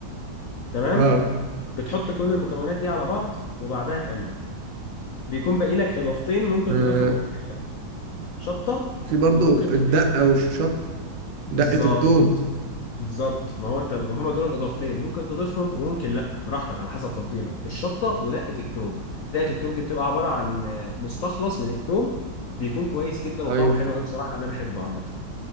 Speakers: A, on the left; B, on the right.
A: تمام
B: اه
A: بتحط كل المكونات دي على بعض وبعدها تقلب بيكون باقي لك اضافتين ممكن
B: آه،
A: تضيفهم ممكن شطه
B: في برضو
A: وممكن
B: الدقة
A: تضيف
B: والشط
A: بالظبط
B: دقة التوم
A: بالظبط ما هو انت هما دول الاضافتين ممكن تضيفهم وممكن لا براحتك على حسب تفضيلك الشطه ودقه التوم دقه التوم دي بتبقى عباره عن آه، مستخلص من التوم بيكون كويس جدا وطعمه
B: ايوه
A: حلو قوي بصراحه انا بحبه عامه